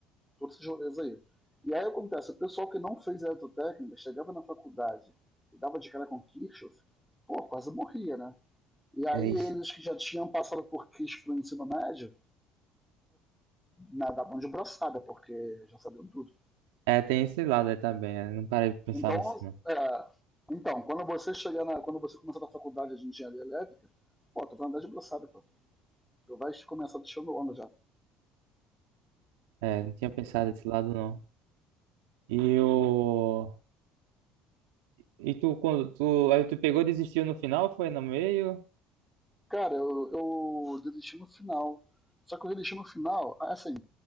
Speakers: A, in the centre; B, on the right.
A: todos esses rolês aí. E aí acontece, o pessoal que não fez eletrotécnica chegava na faculdade e dava de cara com Kirchhoff, pô, quase morria, né? E aí
B: É,
A: eles que já tinham passado por Kirchhoff no ensino médio, na, da mão de braçada, porque já sabiam tudo.
B: É, tem esse lado aí também. né? Não parei de pensar
A: Então,
B: nisso, não.
A: é, então quando você chegar na, quando você começar na faculdade de engenharia elétrica, pô, tu vai andar de braçada, pô. Tu vai começar deixando onda já.
B: É, não tinha pensado nesse lado, não. E o... E tu, quando tu... Aí tu pegou e desistiu no final, foi no meio?
A: Cara, eu, eu desisti no final. Só que eu desisti no final, assim,